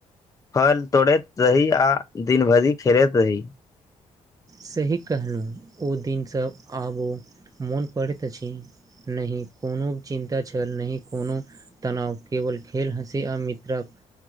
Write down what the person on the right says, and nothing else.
सही कहलूँ ओ दिन सब आब ओ मोन पड़ैत अछि। नहि कुनो चिन्ता छल नहि कुनो तनाव केवल खेल, हँसी आ मित्रक